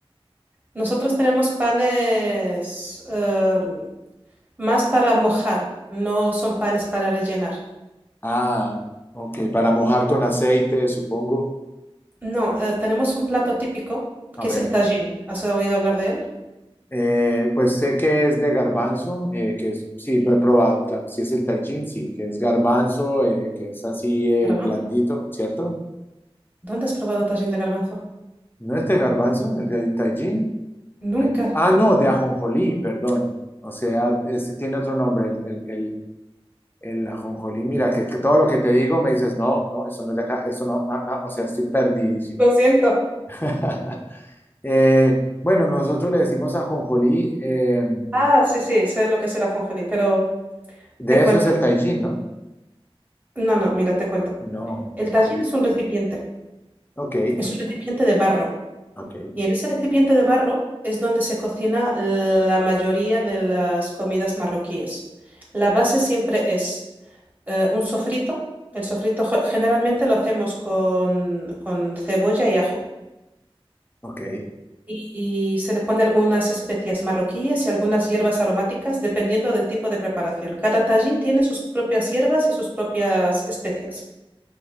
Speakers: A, on the right; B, on the left.
A: Nosotros tenemos panes eh, más para mojar, no son panes para rellenar.
B: Ah, ok, para mojar con aceite, supongo.
A: No, eh, tenemos un plato típico
B: A
A: que
B: ver.
A: es el tajín. ¿Has oído hablar de él?
B: Eh, pues sé que es de garbanzo, eh, que es, sí, lo he probado, claro, sí es el tajín, sí, que es garbanzo, eh, que es así eh,
A: Garbanzo.
B: blandito, ¿cierto?
A: ¿Dónde has probado tajín de garbanzo?
B: ¿No es de garbanzo, el del tajín?
A: Nunca.
B: Eh, ah, no, de ajonjolí, perdón. O sea, es- tiene otro nombre, el, el, el, el ajonjolí. Mira, que, que todo lo que te digo me dices, no, no, eso no es de acá, eso no, no, no", o sea, estoy perdidísimo.
A: Lo siento.
B: <laughs> Eh, bueno, nosotros le decimos ajonjolí, eh,
A: Ah, sí, sí, sé lo que es el ajonjolí, pero
B: de
A: te cuento.
B: eso es el tajín, ¿no?
A: No, no, mira, te cuento.
B: No,
A: El
B: no.
A: tajín es un recipiente,
B: ok.
A: es un recipiente de barro.
B: Ok,
A: Y en ese recipiente de barro es donde se cocina la mayoría de las comidas marroquíes. La base siempre es eh, un sofrito. El sofrito jo- generalmente lo hacemos con, con cebolla y ajo.
B: ok.
A: y se le pone algunas especias marroquíes y algunas hierbas aromáticas, dependiendo del tipo de preparación. Cada tajín tiene sus propias hierbas y sus propias especias.